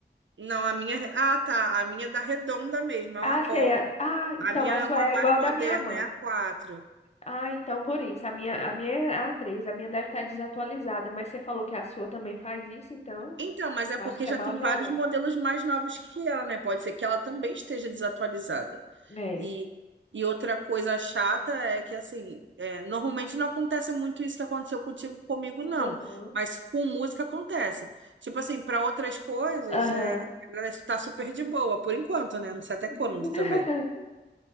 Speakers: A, on the right; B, on the left.
A: Não, a minha, é- ah, tá, a minha é da redonda mesmo, é uma
B: Ah,
A: bola.
B: sei. a- Ah,
A: A
B: então
A: minha
B: a
A: é
B: sua
A: uma
B: é
A: mais
B: igual
A: moderna,
B: da minha mãe.
A: é a quatro.
B: Ah, então por isso. A minha, a minha é a três a minha deve estar desatualizada, mas você falou que a sua também faz isso, então
A: Então, mas é
B: eu
A: porque
B: acho que
A: já
B: é mal
A: tem
B: de
A: vários
B: Alexa.
A: modelos mais novos que ela, né? Pode ser que ela também esteja desatualizada.
B: É.
A: E, e outra coisa chata é que, assim, é, normalmente não acontece muito isso que aconteceu contigo comigo, não.
B: Aham.
A: Mas com música acontece. Tipo assim, para outras coisas,
B: Aham.
A: é, ela está super de boa, por enquanto, né? Não sei até
B: <laughs>
A: quando também.